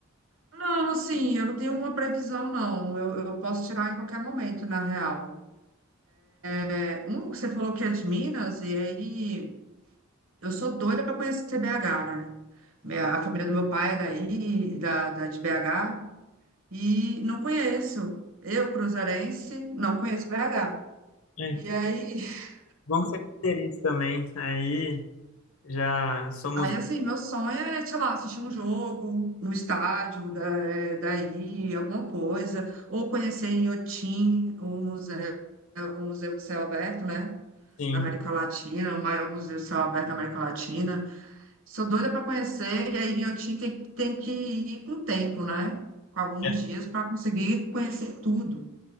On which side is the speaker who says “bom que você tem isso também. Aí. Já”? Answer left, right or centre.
Left